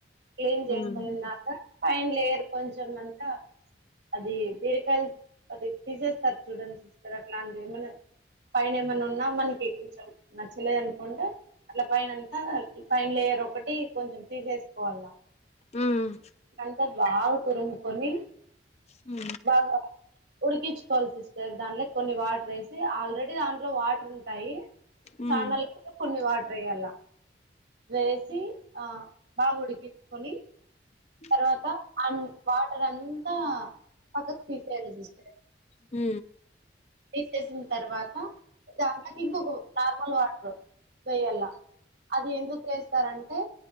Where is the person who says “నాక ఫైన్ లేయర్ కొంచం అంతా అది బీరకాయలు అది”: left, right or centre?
Right